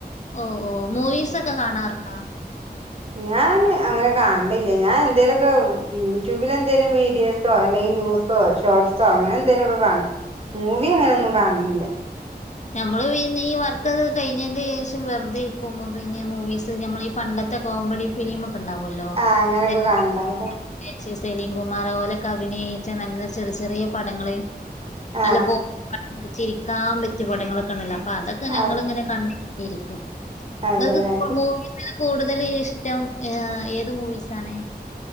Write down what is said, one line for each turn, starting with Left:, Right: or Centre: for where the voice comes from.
Left: ഓ ഓ മൂവീസൊക്കെ കാണാറുണ്ടോ
Right: ഞാൻ അങ്ങനെ കാണണ്ല്ല ഞാൻ എന്തേലുമൊക്കെ യൂട്യൂബിലെന്തേലും വീഡിയോസോ അല്ലെങ്കിൽ ന്യൂസ് ഷോർട്സോ അങ്ങനെ എന്തേലുമൊക്കെ കാണും മൂവി അങ്ങനെയൊന്നും കാണലില്ല
Left: നമ്മള് പിന്നെ ഈ വർക്കൊക്കെ കഴിഞ്ഞതിന്റെ ശേഷം വെറുതെ ഇരിക്കുമ്പോ പിന്നെ മൂവീസ് നമ്മൾ ഈ പണ്ടത്തെ ഇപ്പത്തെ കോമഡി ഫിലിമൊക്കെ ഉണ്ടാവുവല്ലോ
Right: ആഹ് അങ്ങനൊക്കെ
Left: <unintelligible>
Right: കാണണ്ടാവൂല്ലേ
Left: <unintelligible> സലിം കുമാർ ഓലൊക്ക അഭിനയിച്ച നല്ല ചെറിയ ചെറിയ പടങ്ങള് അല്ല
Right: ആഹ്
Left: കോ ചിരിക്കാൻ പറ്റിയ പടങ്ങളൊക്കെ ഉണ്ടല്ലോ അപ്പൊ അതൊക്കെ ഞങ്ങളിങ്ങനെ
Right: അഹ്
Left: കണ്ട് ഇരിക്കും
Right: അതെല്ലേ
Left: <unintelligible> കൂടുതലും ഇഷ്ടം ഏത് മൂവീസ് ആണ്